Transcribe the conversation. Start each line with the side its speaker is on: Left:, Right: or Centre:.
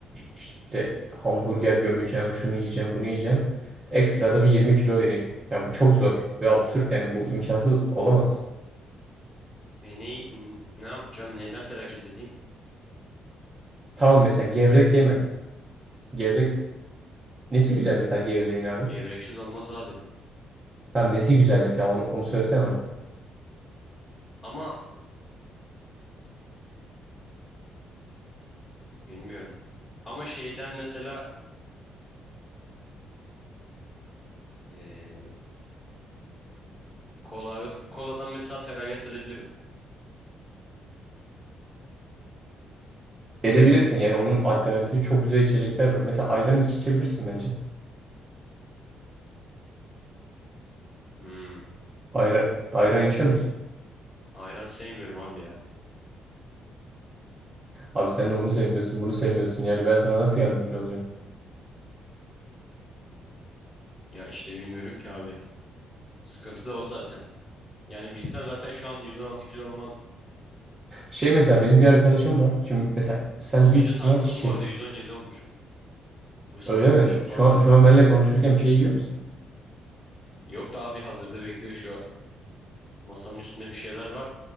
Right: işte hamburger gömeceğim, şunu yiyeceğim, bunu yiyeceğim. Ekstra da bir 20 kilo vereyim. Ya bu çok zor ve absürt yani bu imkansız olamaz.
Left: E ne, ne yapacağım neyden feragat edeyim?
Right: Tamam mesela gevrek yeme. Gevrek nesi güzel mesela gevreğin abi?
Left: Gevreksiz olmaz abi.
Right: Tamam nesi güzel mesela onu, onu söylesene bana.
Left: Ama bilmiyorum. Ama şeyden mesela e, Kola, koladan mesela feragat edebilirim.
Right: Edebilirsin yani onun alternatifi çok güzel içecekler var. Mesela ayran içebilirsin bence.
Left: Hmm.
Right: Ayran, ayran içiyor musun?
Left: Ayran sevmiyorum abi ya.
Right: Abi sen de onu sevmiyorsun, bunu sevmiyorsun. Yani ben sana nasıl yardımcı olacağım?
Left: Ya işte bilmiyorum ki abi. Sıkıntı da o zaten. Yani bilsem zaten şu an 116 kilo olmaz.
Right: Şey mesela benim bir arkadaşım var. Şimdi mesela sen
Left: Az
Right: büyük
Left: önce
Right: ihtimal
Left: tartıldım
Right: şey
Left: bu arada 117 olmuş. Bu sabah
Right: öyle
Left: da
Right: mi?
Left: çok
Right: Şu
Left: fazlaydı.
Right: an şu an benimle konuşurken bir şey yiyor musun?
Left: Yok da abi hazırda bekliyor şu an. Masamın üstünde bir şeyler var.